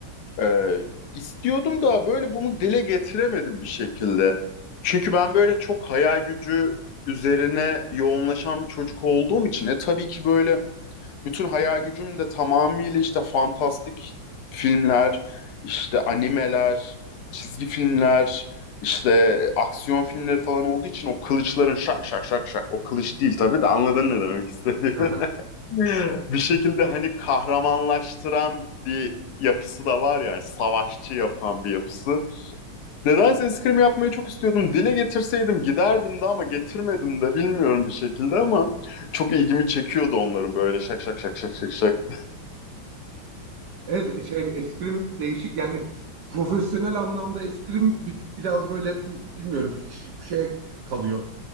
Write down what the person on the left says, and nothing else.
Ee, istiyordum da böyle bunu dile getiremedim bir şekilde. Çünkü ben böyle çok hayal gücü üzerine yoğunlaşan bir çocuk olduğum için e tabii ki böyle bütün hayal gücüm de tamamıyla işte fantastik filmler, işte animeler, çizgi filmler, işte aksiyon filmleri falan olduğu için o kılıçların şak şak şak şak o kılıç değil tabii de anladın ne demek istediğimi.
<laughs> bir şekilde hani kahramanlaştıran bir yapısı da var yani savaşçı yapan bir yapısı. Nedense eskrim yapmayı çok istiyordum. Dile getirseydim giderdim de ama getirmedim de bilmiyorum bir şekilde ama çok ilgimi çekiyordu onların böyle şak şak şak şak şak şak